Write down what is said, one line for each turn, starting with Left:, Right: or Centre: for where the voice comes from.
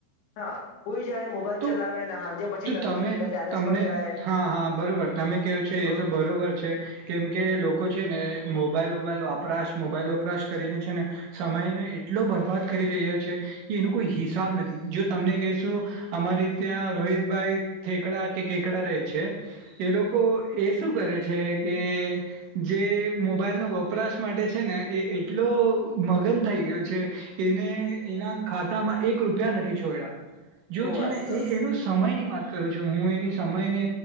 Left: હા હુઇ જાયને મોબાઈલ
Right: તો
Left: ચલાવે હાંજે પછી
Right: તો
Left: ટંકી
Right: તમે
Left: ટેરેસ
Right: તમને
Left: પર જાય
Right: હા હા બરોબર તમે કેવ છો એ
Left: દોસ્ત
Right: તો બરોબર છે કેમ કે લોકો છે ને મોબાઈલ વોબાઈલ વપરાશ મોબાઈલ વપરાશ કરીને છે ને સમયને એટલો બરબાદ કરી રહ્યા છે કે એનું કોઈ હિસાબ નથી જો તમને કહેશું અમારી ત્યાં રોહિતભાઈ ઠેકડા કે કેકડા રહે છે એ લોકો એ શું કરે છે કે જે મોબાઈલનો વપ વપરાશ માટે છે ને એ એટલો મગન થઈ ગયો છે એને એના ખાતામાં એક રૂપિયા નથી છોડ્યા જો
Left: હું
Right: છે
Left: વાત
Right: ને
Left: કરું
Right: એ એનો સમય ન વાત કરું છું હું એની સમય ને